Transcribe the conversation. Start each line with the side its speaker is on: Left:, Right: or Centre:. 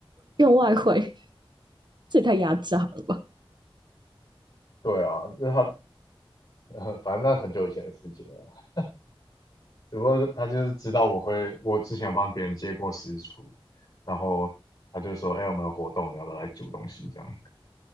Right: 用外汇，这也太压榨了吧！
Left: 对啊，就是他，<laughs> 反正那很久以前的事情了。只不过他就是知道我会，我之前有帮别人接过私厨，然后他就说：“哎、我们有活动，你要不要来煮东西？”这样。